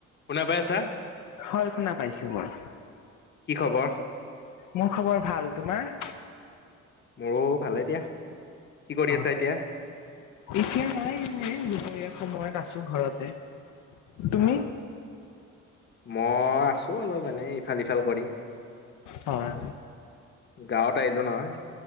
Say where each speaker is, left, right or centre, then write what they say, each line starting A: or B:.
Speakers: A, on the left; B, on the left.
A: শুনা পাই আছা?
B: হয় শুনা পাইছো মই।
A: কি খবৰ?
B: মোৰ খবৰ ভাল তোমাৰ?
A: মোৰো ভালে দিয়া। কি কৰি
B: অ',
A: আছা এতিয়া?
B: এতিয়া নাই এ সময়ত আছো ঘৰতে। তুমি
A: অ', মই আছো অলপ মানে ইফাল সিফাল কৰি,
B: হয়
A: গাঁৱত আহিলো নহয়।